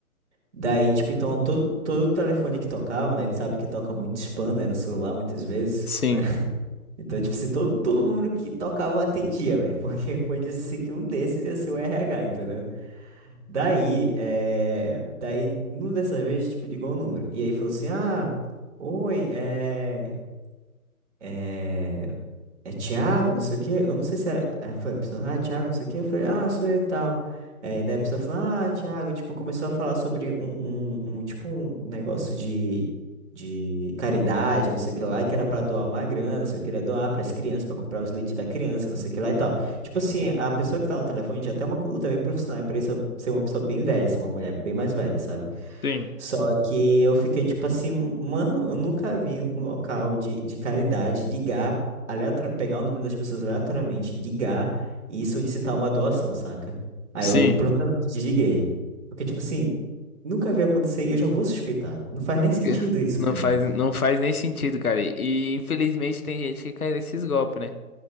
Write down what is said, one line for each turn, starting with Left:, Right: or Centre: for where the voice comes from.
Right: Daí, tipo, então todo, todo telefone que tocava, né? Tu sabe que toca muito spam, né? No celular, muitas vezes,
Left: Sim.
Right: né? <laughs> Então, tipo, se todo, todo número que tocava eu atendia, velho. Porque <laughs> foi ser que um desses ia ser o RH, entendeu? Daí, é... Daí, numa dessa vez, tipo, ligou o número. E aí falou assim, ah, oi, é... é, é Thiago, não sei o quê. Eu não sei se era. é, Foi a pessoa, ah, Thiago, não sei o quê. Eu falei, ah, sou eu e tal. É, e daí a pessoa falou, ah, Thiago, e, tipo, começou a falar sobre um, um, um, tipo, um negócio de, de caridade, não sei o que lá, que era pra doar uma grana, se eu queria doar pras crianças, pra comprar os leites da criança, não sei o que lá e tal. Tipo assim, a pessoa que tá no telefone já tem uma conduta bem profissional, pra isso ser uma pessoa bem velha, ser uma mulher bem mais velha, sabe?
Left: Sim.
Right: Só que eu fiquei tipo assim, mano, eu nunca vi um local de, de caridade, de GAP aleator... pegar o número das pessoas aleatoriamente, ligar e solicitar uma doação, saca? Aí
Left: Sim.
Right: eu prontamente desliguei. Porque, tipo assim, nunca vi acontecer e eu já vou suspeitar. Não faz nem sentido
Left: Que-
Right: isso
Left: Não
Right: pra
Left: faz,
Right: mim.
Left: não faz nem sentido, cara. E infelizmente tem gente que cai nesses golpes, né?